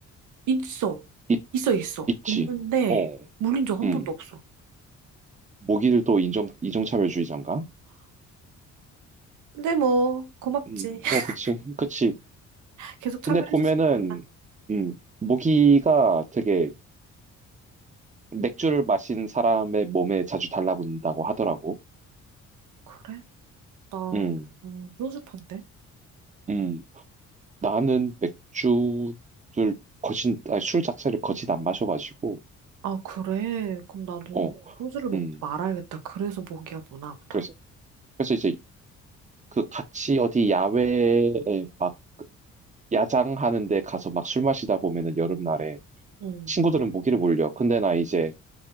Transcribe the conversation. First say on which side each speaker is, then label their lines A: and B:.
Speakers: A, on the right; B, on the right.
A: 있어.
B: 있,
A: 있어, 있어.
B: 있지.
A: 있는데
B: 어,
A: 물린 적 한
B: 음,
A: 번도 없어.
B: 모기들도 인종, 인종차별주의자인가?
A: 근데 뭐 고맙지.
B: 음, 뭐,
A: <laughs>
B: 그치, 그치.
A: 계속 차별해줬으니까.
B: 근데 보면은, 음, 모기가 되게 맥주를 마신 사람의 몸에 자주 달라붙는다고 하더라고.
A: 그래? 나
B: 음,
A: 음, 소주판데?
B: 음, 나는 맥주를 거진, 아니, 술 자체를 거진 안 마셔가지고,
A: 아, 그래? 그럼 나도
B: 어,
A: 소주를 먹지
B: 음,
A: 말아야겠다. 그래서 목이야 보나 보다.
B: 그래서 그래서 이제 그 같이 어디 야외에 막 야장하는데 가서 막 술 마시다 보면은 여름날에
A: 응,
B: 친구들은 모기를 물려. 근데 나 이제